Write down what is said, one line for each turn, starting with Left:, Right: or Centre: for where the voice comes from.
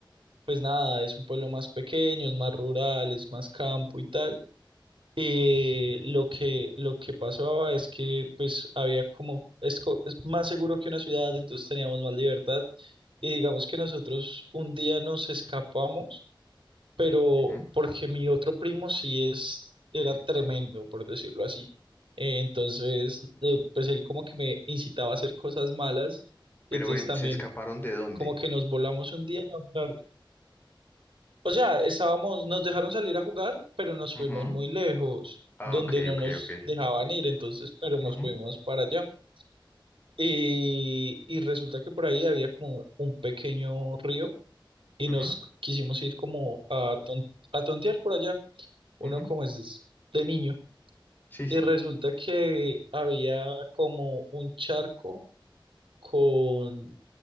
Right: pues nada, es un pueblo más pequeño, es más rural, es más campo y tal. Eh, lo que, lo que pasaba es que pues había como, es, co- es más seguro que una ciudad, entonces teníamos más libertad. Y digamos que nosotros un día nos escapamos, pero
Left: ujú.
Right: porque mi otro primo sí es, era tremendo, por decirlo así. Eh, entonces, eh, pues él como que me incitaba a hacer cosas malas.
Left: Pero
Right: y Entonces
Left: ven,
Right: también
Left: ¿se escaparon de dónde?
Right: como que nos volamos un día, no, no, o sea, estábamos, nos dejaron salir a jugar, pero nos
Left: Ujú.
Right: fuimos muy lejos,
Left: Ah,
Right: donde
Left: ok,
Right: no
Left: ok,
Right: nos
Left: ok.
Right: dejaban ir, entonces, pero nos
Left: Ujú.
Right: fuimos para allá. Y, y resulta que por ahí había como un pequeño río y
Left: Ujú,
Right: nos quisimos ir como a, ton- a tontear por allá, uno
Left: ujú.
Right: como es de niño.
Left: Sí,
Right: Y
Left: sí.
Right: resulta que había como un charco con,